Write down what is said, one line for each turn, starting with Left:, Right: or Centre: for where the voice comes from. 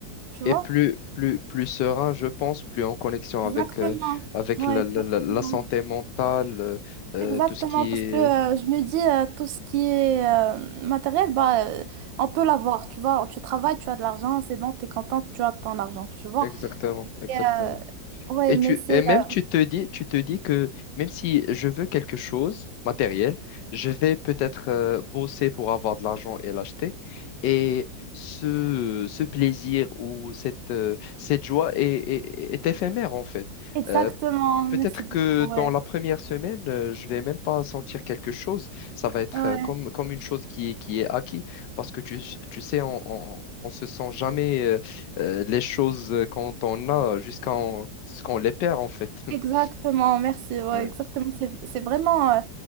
Right: tu
Left: et
Right: vois?
Left: plus, plus, plus serein, je pense, plus en connexion
Right: Exactement.
Left: avec, euh, avec
Right: Ouais,
Left: la,
Right: exactement.
Left: la- la- la santé mentale, euh, euh,
Right: Exactement,
Left: tout ce qui
Right: parce
Left: est...
Right: que euh, je me dis, euh, tout ce qui est euh, matériel, bah, euh, on peut l'avoir, tu vois. Tu travailles, tu as de l'argent, c'est bon, t'es contente, tu as ton argent, tu vois.
Left: Exactement, exactement.
Right: Et, euh, ouais,
Left: Et
Right: mais
Left: tu,
Right: c'est...
Left: et même
Right: euh,
Left: tu te dis, tu te dis que même si je veux quelque chose matériel, je vais peut-être euh, bosser pour avoir de l'argent et l'acheter. Et ce, ce plaisir ou cette, euh, cette joie est, est- est éphémère en fait.
Right: exactement,
Left: Euh,
Right: merci
Left: Peut-être
Right: beaucoup,
Left: que
Right: ouais.
Left: dans la première semaine, euh, je vais même pas sentir quelque chose. Ça va être
Right: Ouais.
Left: euh, comme, comme une chose qui est, qui est acquis. Parce que tu, tu sais, on, on, on se sent jamais euh, euh, les choses euh, quand on a jusqu'à en- ce qu'on les perd, en fait. <laughs>
Right: Exactement, merci. Ouais,
Left: Ouais.
Right: exactement. C'est, c'est vraiment euh,